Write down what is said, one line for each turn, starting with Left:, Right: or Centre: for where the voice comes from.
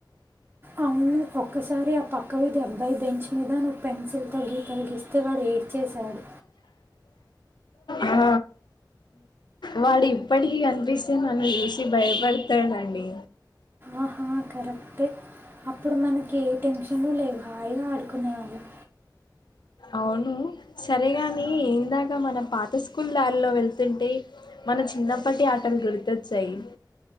Right: అవును ఒక్కసారి పక్కవీధి అబ్బాయి బెంచ్ మీద నువ్వు పెన్సిల్ తొల గి తొలగిస్తే వాడు ఏడ్చేసాడు.
Left: ఆ వాడు ఇప్పటికీ కనిపిస్తే నన్ను చూసి భయపడతాడండి.
Right: ఆహా కరెక్టే అప్పుడు మనకి ఏ టెన్షన్ లేవు హాయిగా ఆడుకునేవాళ్ళం
Left: అవును సరేగాని ఏందాక మన పాత స్కూల్ దారిలో వెళ్తుంటే, మన చిన్నప్పటి ఆటలు గుర్తొచ్చాయి.